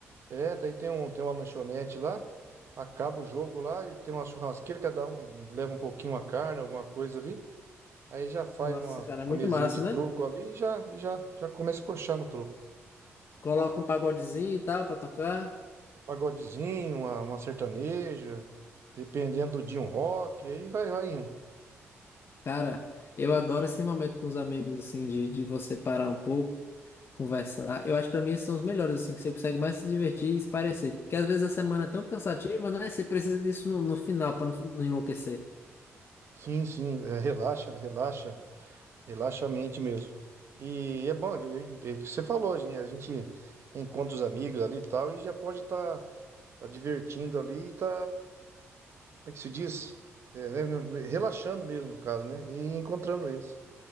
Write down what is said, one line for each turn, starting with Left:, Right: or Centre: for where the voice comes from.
Right: É, daí tem um, tem uma lanchonete lá. Acaba o jogo lá e tem uma churrasqueira, cada um leva um pouquinho a carne, alguma coisa ali. Aí já faz
Left: Nossa,
Right: uma,
Left: cara, é muito
Right: uma mesinha
Left: massa,
Right: de
Left: né?
Right: truco ali e já, e já, já começa a coxar no truco.
Left: Coloca um pagodezinho e tal pra tocar.
Right: Pagodezinho, uma, uma sertaneja, dependendo do dia, um rock, aí vai, vai indo.
Left: Cara, eu adoro esse momento com os amigos, assim, de, de você parar um pouco, conversar. Eu acho que pra mim esses são os melhores, assim, que você consegue mais se divertir e se parecer. Porque às vezes a semana é tão cansativa, né? Você precisa disso no, no final pra não, não enlouquecer.
Right: Sim, sim, é, relaxa, relaxa, relaxa a mente mesmo. E é bom, é, é, que você falou, gente, a gente reencontra os amigos ali e tal, e já pode estar tá, tá divertindo ali e tá, como é que se diz? É, né, relaxando mesmo, no caso, né? E encontrando eles.